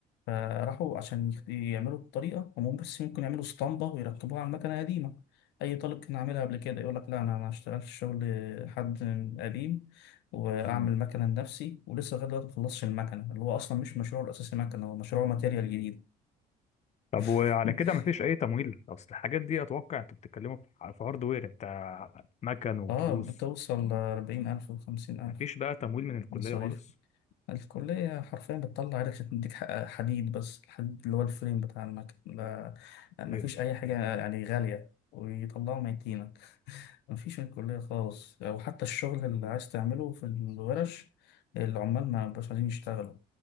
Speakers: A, on the left; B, on the left.
A: فراحوا عشان يخ- يعملوا الطريقة هم بس ممكن يعملوا اسطمبة ويركبوها على مكنة قديمة أي طالب كان عاملها قبل كده يقول لك لا أنا ما أشتغلش شغل حد قديم وأعمل
B: تمام
A: مكنة لنفسي ولسه لغاية دلوقتي ما خلصش المكنة اللي هو أصلا مش مشروعه الأساسي مكنة هو مشروعه ماتيريال جديد
B: طب
A: <laughs>
B: وعلى كده مفيش اي تمويل اصل الحاجات دي اتوقع انتوا بتتكلموا في في هاردوير بتاع مكن وتروس
A: آه بتوصل أربعين ألف وخمسين ألف
B: مفيش بقى تمويل من الكليه
A: مصاريف
B: خالص
A: الكلية حرفيا بتطلع عينك عشان تديك حق- حديد بس الحديد اللي هو الفريم بتاع المكنة لا- مفيش
B: ليه؟
A: أي حاجة يعني غالية ويطلعوا ميتينة مفيش الكلية خالص أو حتى الشغل اللي عايز تعمله في الورش العمال ما بقاش عايزين يشتغلوا